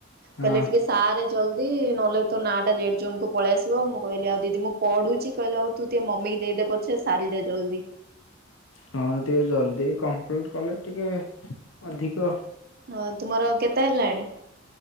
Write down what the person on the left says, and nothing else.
ହଁ
ହଁ ଟିକେ ଜଲଦି କମ୍ପ୍ଲିଟ କଲେ ଟିକେ ଅଧିକ